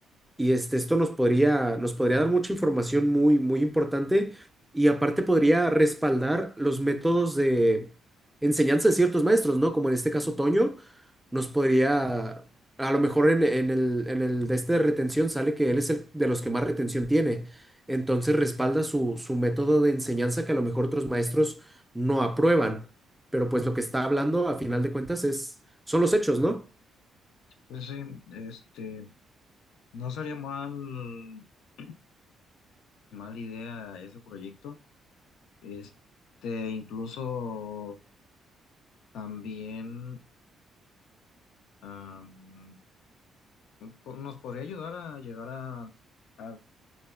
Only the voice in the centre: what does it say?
Y este, esto nos podría, nos podría dar mucha información muy, muy importante y aparte podría respaldar los métodos de enseñanza de ciertos maestros, ¿no? Como en este caso Toño, nos podría, a lo mejor en, en el, en el de este de retención sale que él es el de los que más retención tiene. Entonces respalda su, su método de enseñanza que a lo mejor otros maestros no aprueban. Pero pues lo que está hablando a final de cuentas es, son los hechos, ¿no?